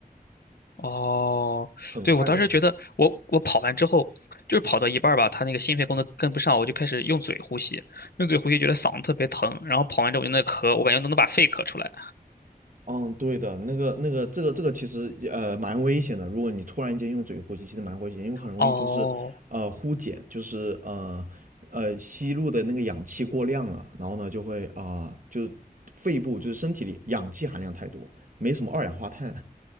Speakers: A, on the left; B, on the right.
A: 哦，
B: 很快的
A: 对，我当时觉得我我跑完之后，就是跑到一半儿吧，他那个心肺功能跟不上，我就开始用嘴呼吸，用嘴呼吸觉得嗓子特别疼，然后跑完之后我就那咳，我感觉都能把肺咳出来。
B: 嗯，对的，那个那个，这个这个其实也呃蛮危险的。如果你突然间用嘴呼吸，其实蛮危险，因为很容易就是呃呼碱，
A: 哦，
B: 就是呃呃吸入的那个氧气过量了，然后呢就会啊、就肺部就是身体里氧气含量太多，没什么二氧化碳。